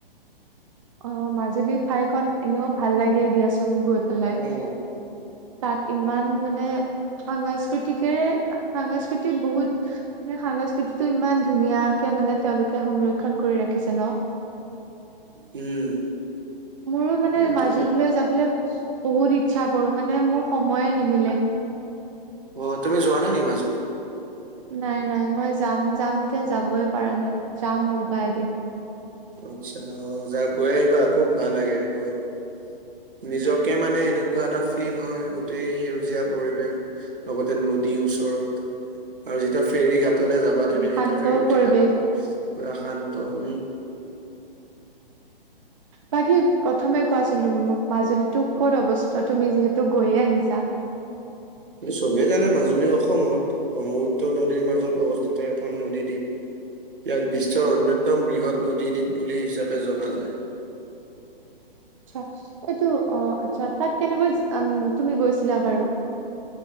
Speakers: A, on the right; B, on the right.
A: অ মাজুলী ঠাইখন এনেও ভাল লাগেই দিয়াচোন গৈ পেলাই।
B: উম।
A: তাত ইমান মানে সাংস্কৃতিকেৰে সাংস্কৃতিক বহুত সংস্কৃতিটো ইমান ধুনীয়াকে মানে তেওঁলোকে সংৰক্ষণ কৰি ৰাখিছে ন।
B: উম।
A: মোৰো মানে
B: সেইটোৱে
A: মাজুলীলৈ যাবলৈ বহুত ইচ্ছা কৰো মানে মোৰ সময়ে নিমিলে।
B: অ তুমি যোৱা নাই নেকি মাজুলী?
A: নাই নাই মই যাম যাম কে যাবই পাৰা নাই যাম ৰবা এদিন।
B: আচ্ছা অ যা গৈ আহিবা আকৌ ভাল লাগে গৈ। নিজকে
A: উম
B: মানে এনেকুৱা এনেকুৱা এটা ফিল হয় গোটেই সেউজীয়া পৰিৱেশ লগতে নদীৰ ওচৰত আৰু যেতিয়া ফেৰী ঘাটলে যাবা তুমি,
A: শান্ত
B: যেতিয়া ফেৰত উঠি
A: পৰিৱেশ
B: যাবা পুৰা শান্ত উম
A: বাকী প্ৰথমে কোৱাচোন তুমি মোক মাজুলীতো ক'ত অৱস্থিত? তুমি যিহেতু গৈয়ে আহিছা।
B: কি চবে জানে মাজুলী অসমত, ব্ৰহ্মপুত্ৰ নদীৰ মাজত অৱস্থিত এখন নদীদ্বীপ। ইয়াক বিশ্বৰ অন্যতম বৃহৎ নদীদ্বীপ বুলি হিচাপে জনা যায়।
A: আচ্ছা এইটো অ আচ্ছা তাত কেনেকৈ তুমি গৈছিলা বাৰু?